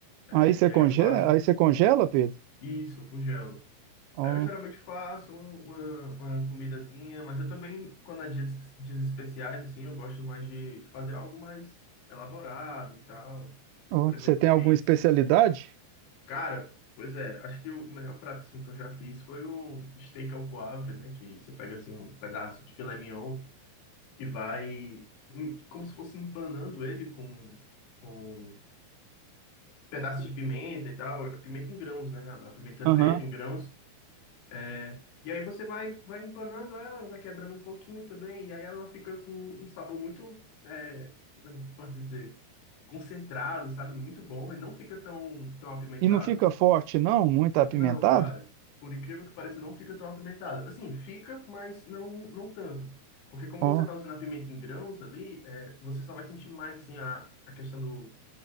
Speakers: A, on the left; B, on the right.
A: é,
B: Aí você
A: e
B: congela,
A: aí eu faço
B: aí você congela, Pedro?
A: isso, eu congelo.
B: Ó,
A: É, Eu geralmente faço um, uma, uma comidazinha, mas eu também, quando há dias, dias especiais, assim, eu gosto mais de de fazer algo mais elaborado e tal.
B: ó.
A: Por exemplo,
B: Você tem
A: eu
B: alguma
A: fiz.
B: especialidade?
A: Cara, pois é, acho que o melhor prato assim, que eu já fiz foi o steak ao poivre, né? Que você pega assim, um pedaço de filé mignon e vai em- como se fosse empanando ele com, com pedaços de pimenta e tal. Pimenta em grãos, né? A a pimenta
B: Aham.
A: preta em grãos. É, E aí você vai, vai empanando ela, vai quebrando um pouquinho também, e aí ela fica com um sabor muito, é, como eu posso dizer, concentrado, sabe? Muito bom, e não fica tão, tão apimentado.
B: E não fica forte, não? Muito apimentado?
A: Não, cara, por incrível que pareça, não fica tão apimentado. Assim, fica, mas não, não tanto. Porque como
B: Ó.
A: você tá usando a pimenta em grãos ali, é, você só vai sentir mais, assim, a, a questão do,